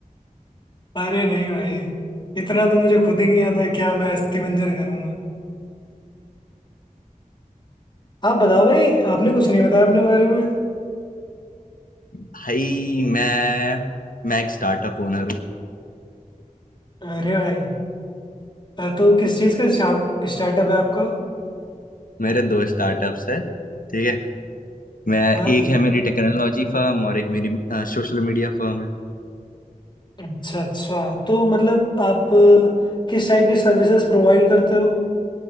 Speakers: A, on the left; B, on the left.
A: अरे नहीं भाई इतना तो मुझे खुद ही नहीं आता है क्या मैं अस्थि पंजर करूंगा आप बताओ भाई आपने कुछ नहीं बताया अपने बारे में
B: भाई मैं मैं एक स्टार्टअप ओनर हूँ
A: अरे भाई अ, तो किस चीज़ का स्टार्टअप है आपका
B: मेरे दो स्टार्टअप्स है ठीक है मैं
A: हाँ
B: एक है मेरी टेक्नोलॉजी फर्म और एक मेरी सोशल मीडिया फर्म है
A: अच्छा अच्छा तो मतलब आप अ, किस टाइप की सर्विसेज प्रोवाइड करते हो